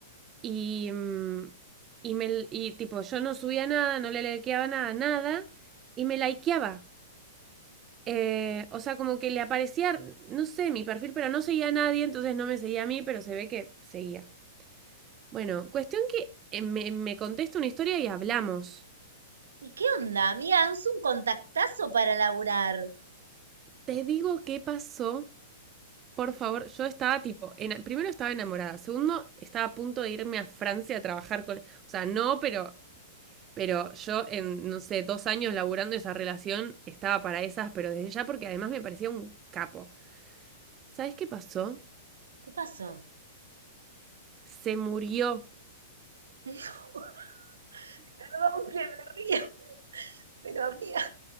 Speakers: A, on the right; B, on the right.
A: y... mm, Y, me, y tipo, yo no subía nada, no le likeaba nada, nada. Y me likeaba. Eh, o sea, como que le aparecía, no sé, mi perfil, pero no seguía a nadie, entonces no me seguía a mí, pero se ve que seguía. Bueno, cuestión que eh, me, me contesta una historia y hablamos.
B: ¿Y qué onda, amiga? Es un contactazo para laburar.
A: Te digo qué pasó. Por favor, yo estaba tipo, ena- primero estaba enamorada, segundo estaba a punto de irme a Francia a trabajar con, o sea, no, pero, pero yo en, no sé, dos años laburando esa relación estaba para esas, pero desde ya porque además me parecía un capo. ¿Sabes qué pasó?
B: ¿Qué pasó?
A: Se murió. <laughs>
B: <laughs> No, Perdón que me río, pero amiga,